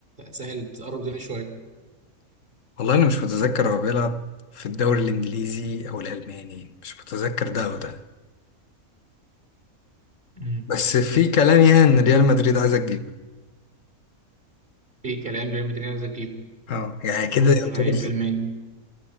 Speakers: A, on the right; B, on the left.
A: سهل تقرب الدنيا شوية
B: والله انا مش متذكر هو بيلعب في الدوري الانجليزي او الالماني مش متذكر ده او ده
A: مم.
B: بس في كلام يعني ان ريال مدريد عايزه تجيبه
A: في كلام ريال مدريد عايز تجيبه
B: اه يعني كده
A: اه
B: يعتبر
A: لعيب ألماني